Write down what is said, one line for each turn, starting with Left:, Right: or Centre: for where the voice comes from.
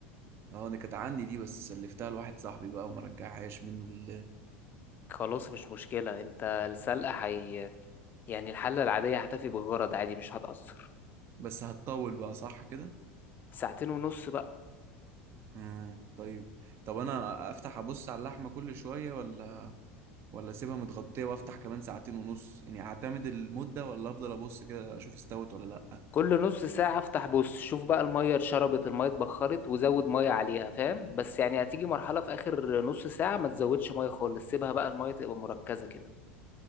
Right: اه انا كانت عندي دي بس سلفتها لواحد صاحبي بقى وما رجعهاش منه لله
Left: خلاص مش مشكلة انت السلقة هي يعني الحلة العادية هتفي بالغرض عادي مش هتأثر
Right: بس هتطول بقى صح كده
Left: ساعتين ونص بقى
Right: امم طيب طب انا افتح ابص على اللحمه كل شويه ولا ولا اسيبها متغطيه وافتح كمان ساعتين ونص يعني اعتمد المده ولا افضل ابص كده اشوف استوت ولا لا
Left: كل نص ساعة افتح بص شوف بقى المية اتشربت المية اتبخرت وزود مية عليها فاهم بس يعني هتيجي مرحلة في آخر نص ساعة ما تزودش مية خالص سيبها بقى المية تبقى مركزة كده